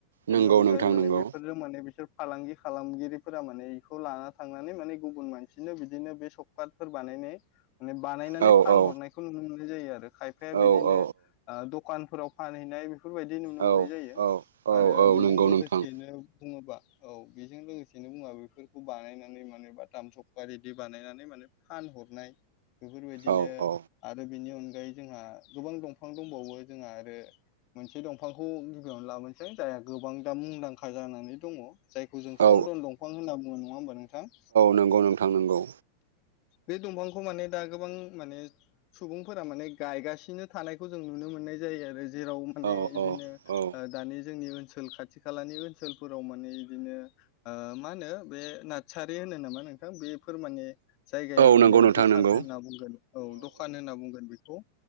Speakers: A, on the left (about 40°); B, on the right (about 65°).
A: बेनि
B: नंगौ
A: अनगायै
B: नोंथां
A: माने
B: नंगौ
A: बेफोरजों माने बिसोर फालांगि खालामगिरिफोरा माने इखौ लाना थांनानै माने गुबुन मानसिनो बिदिनो बे सब काटफोर बानायनाय माने बानायनानै
B: औ
A: फानहरनायखौ
B: औ
A: नुनो मोननाय जायो आरो खायफाया
B: औ
A: बिदिनो
B: औ
A: ओ दखानफोराव फानहैनाय बेफोरबायदि नुनो
B: औ
A: जायो
B: औ औ
A: आरो
B: औ
A: बेजों
B: नंगौ
A: लोगोसेनो
B: नोंथां
A: बुङोबा औ बेजों लोगोसेनो बुङा बेफोरखौ बानायनानै माने बा थाम सपखा रेदि बानायनानै माने फानहरनाय बेफोरबायदिनो
B: औ औ
A: आरो बेनि अनगायै जोंहा गोबां दंफां दंबावो जोंहा आरो एसे दंफांखौ गिबियावनो लाबोनोसै जायहा गोबां दा मुंदांखा जानानै दङ। जायखौ जों सन्दन
B: औ
A: दंफां होनना बुङो नङा होमबा नोंथां?
B: नंगौ औ नोंथां नोंगौ।
A: बे दंफांखौ माने दा गोबां माने सुबुंफोरा माने गायगासिनो थानायखौ जों नुनो मोननाय जायो आरो जेराव माने
B: औ
A: इदिनो
B: औ औ
A: दानि जोंनि ओनसोल खाथि खालानि ओनसोलफोराव माने इदिनो ओ मा होनो बे नारसारि होनो नामा बेफोर माने जायगायाव
B: औ
A: माने
B: नंगौ नोंथां
A: दखान
B: नंगौ
A: होनना बुंगोन। औ दखान होनना बुंगोन बेखौ